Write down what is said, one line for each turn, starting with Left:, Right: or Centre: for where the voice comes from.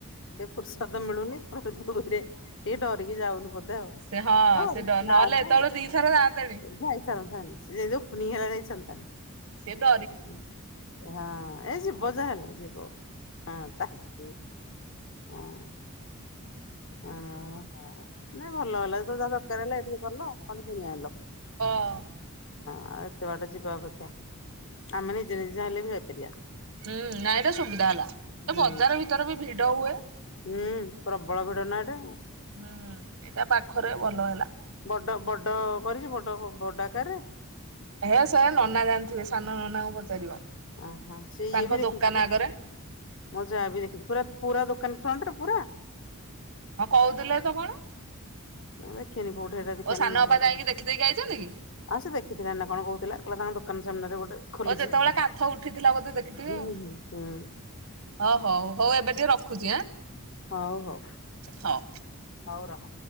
Left: ପ୍ରସାଦ ମିଳୁନି <unintelligible> ଦୁଇରେ ଟିକେ ଡରିକି ଯାଉନି ବୋଧେ ଆଉ
Right: ସେ ହଁ
Left: ଡରିକି
Right: ସେ ଡ
Left: ନା
Right: ନହେଲେ
Left: ଆଉ
Right: ଏତେବେଳୁ
Left: ସେ
Right: ଦିଥର ଯାଆନ୍ତେଣି।
Left: ଯଉ <unintelligible> ଯାଇସରନ୍ତନି।
Right: ସେ ଡ
Left: ଉମ୍ ହଁ ଏଇ ଯିବ ଯାହାେଲେ ଯିବ ହଁ ତାକୁ ହଁ। ଅଁ ଓହୋ ନାଇଁ ଭଲ ହେଲା ଯାହା ଦରକାର ହେଲା ଏ ଟିକେ କଲ କଣ କିଣିଆଣିଲ।
Right: ହଁ।
Left: ଆଉ ଏତେ ବାଟ ଯିବା ଅପେକ୍ଷା ଆମେ ନିଜେ ନିଜେ ହେଲେ ବି ଯାଇପାରିବା।
Right: ହୁଁ ନାଇଁ ଏଟା ସୁବିଧା ହେଲା ଏ
Left: ହୁଁ
Right: ବଜାର ଭିତରେ ବି ଭିଡ ହୁଏ।
Left: ହୁଁ ପ୍ରବଳ ଭିଡ଼ ନା ଏଟା ଆଉ।
Right: ହୁଁ ଏଇଟା ପାଖରେ ଭଲ ହେଲା।
Left: ବଡ ବଡ କରିଛି ବଡ ବଡାକାରରେ।
Right: ହେ ସେରା ନନା ଜାଣିଥିବେ ସାନ ନନାଙ୍କୁ ପଚାରିବ।
Left: ଓହୋ ସେ
Right: ତାଙ୍କ
Left: ଇଏ ବି ଦେଖିଛି
Right: ଦୋକାନ ଆଗରେ
Left: ମୋ ଜା ବି ଦେଖିଛି ପୁରା ପୁରା ଦୋ କନଫ୍ରଣ୍ଟରେ ପୁରା?
Right: ହଁ କହୁଥିଲା ତ କଣ?
Left: ମୁଁ ଦେଖିନି କୋଉଠି ଏଟା ଦେଖେନ
Right: ଓ ସାନ
Left: ନା
Right: ଅପା
Left: କବେ
Right: ଯାଇକି ଦେଖିଦେଇକି ଆଇଛନ୍ତି କି?
Left: ଆଉ ସେ ଦେଖିଥିଲା ନା କଣ କହୁଥିଲା କହିଲ ତାଙ୍କ ଦୋକାନ ସାମ୍ନାରେ ଗୋଟେ ଖୋଲିଛି
Right: ଓ ଯେତେବେଳେ କାନ୍ଥ ଉଠିଥିଲା ବୋଧେ ଦେଖିଥିବେ
Left: ହୁଁ
Right: ଆଉ
Left: ହୁଁ ହୁଁ
Right: ହ ହଉ ହଉ ଏବେ ଟେ ରଖୁଛି ଆଁ।
Left: ହଉ ହଉ
Right: ହଉ।
Left: ହଉ ରହ।